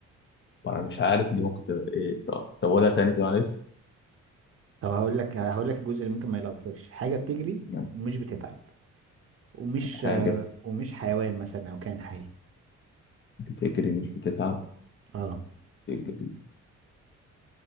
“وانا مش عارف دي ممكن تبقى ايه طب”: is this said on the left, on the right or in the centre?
Left